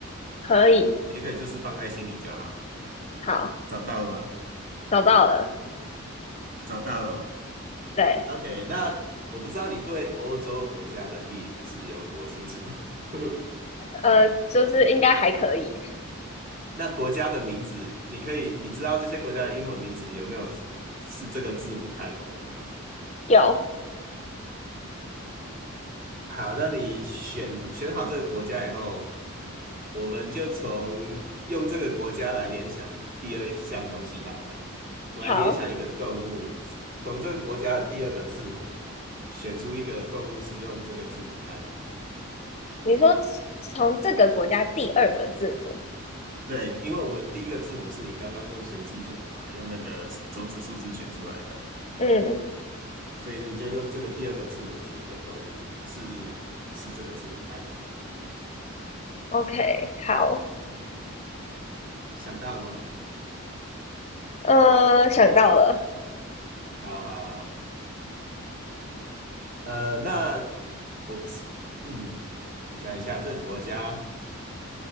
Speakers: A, on the left (about 30°); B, on the right (about 40°).
A: 可以，
B: 你也可以就是放在心里就好。
A: 好，
B: 找到了吗？
A: 找到了，
B: 找到了。
A: 对，
B: OK，那我不知道你对欧洲国家的地理是有多清楚。<laughs>
A: 呃，就是应该还可以，
B: 那国家的名字，你可以，你知道这些国家的英文名字有没有是这个字母开头的呢？
A: 有，
B: 好，那你选选好这个国家以后，我们就从用这个国家来联想第二项东西好了。我们来联想一个动物，
A: 好，
B: 从这个国家的第二个字母选出一个动物是用这个字母开头的。
A: 你说从这个国家第二个字母，
B: 对，因为我们第一个字母是你刚刚用随机选的嘛，用那个种子数字选出来的，
A: 嗯
B: 所以呢，你就用这个第二个字母选一个动物，是是这个字母开头的，
A: ，OK，好，
B: 想到了吗？
A: 呃，想到了，
B: 好好好，呃，那我们是，嗯，我想一下，这个国家